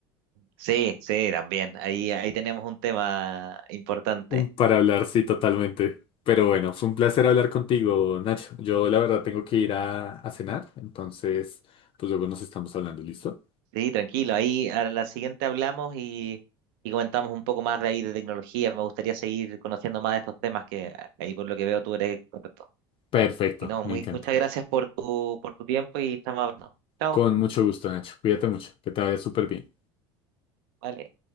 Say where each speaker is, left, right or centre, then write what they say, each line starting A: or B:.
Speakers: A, on the right; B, on the left.
A: sí, sí, también. Ahí, ahí tenemos un tema importante.
B: Un para hablar, sí, totalmente. Pero bueno, fue un placer hablar contigo, Nacho. Yo la verdad tengo que ir a, a cenar, entonces pues luego nos estamos hablando, ¿listo?
A: Sí, tranquilo. Ahí a la siguiente hablamos y, y comentamos un poco más de ahí de tecnología. Me gustaría seguir conociendo más de estos temas que ahí por lo que veo tú eres experto.
B: Perfecto,
A: Y no,
B: me
A: muy,
B: encanta.
A: muchas gracias por tu, por tu tiempo y estamos hablando. Chao.
B: Con mucho gusto, Nacho. Cuídate mucho, que te vaya súper bien.
A: Vale.